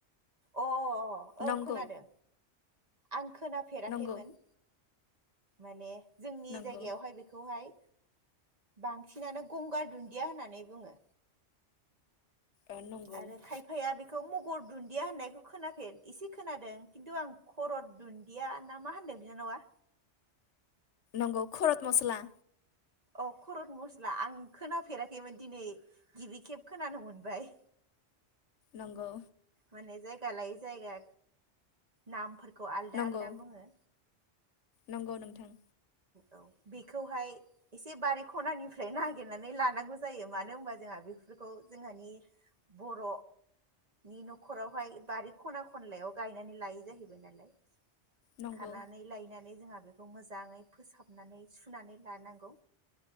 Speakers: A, on the right; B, on the left.
A: अ औ
B: नंगौ
A: खोनादों आं खोनाफेराखैमोन
B: नंगौ
A: माने जोंनि
B: नंगौ
A: जायगायावहाय बेखौहाय बांसिनानो गंगार दुन्दिया होननानै बुङो
B: ओ नंगौ
A: आरो खायफाया बे बेखौ मगर दुन्दिया होननायखौ खोनाफेर एसे खोनादों खिन्थु आं खरत दुन्दिया ना मा होनदों बिनानावा?
B: नंगो खरत मसला
A: अ खरत मस्ला आं खोनाफेराख खैमोन दिनै गिबि खेब खोनानो मोनबाय
B: नंगौ
A: माने जायगा लायै जायगा नाम फोरखौ आलदा
B: नंगौ
A: आलदा बुङो।
B: नंगौ नोंथां।
A: औ बेखौहाय एसे बारि खनानिफ्राय नागिरनानै लानांगौ जायो मानो होनबा जोंहा बेफोरखौ जोंहानि बर नि नखरावहाय बारि खना खनलायाव गायनानै लायै जाहैबाय नालाय।
B: नंगौ
A: खानानै लायनानै जोंहा बेखौ मोजाङै- फोसाबनानै सुनानै लानांगौ